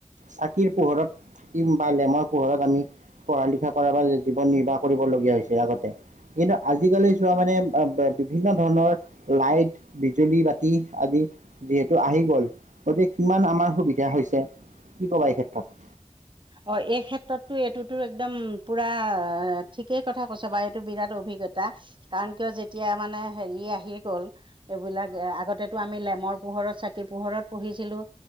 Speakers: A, on the right; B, on the right.
A: চাকিৰ পোহৰত বা লেমৰ পোহৰত আমি পঢ়া লিখা কৰা বা, জীৱন নিৰ্বাহ কৰিব লগগীয়া হৈছে আগতে। কিন্তু আজিকালি চোৱা মানে, ব, বিভিন্ন ধৰণৰ লাইট বিজুলী বাতি আদি যিহেতু আহি গ'ল, গতিকে কিমান আমাৰ সুবিধা হৈছে, কি কবা এই ক্ষেত্ৰত?
B: অ', এই ক্ষেত্ৰতো, এইটোতো একদম পুৰা ঠিকেই কথা কৈছা বা এইটো বিৰাট অভিজ্ঞতা। কাৰণ কিয়, যেতিয়া মানে হেৰি আহি গ'ল। এইবিলাক আগতেটো আমি লেমৰ পোহৰত, চাকি পোহৰত পঢ়িছিলোঁ।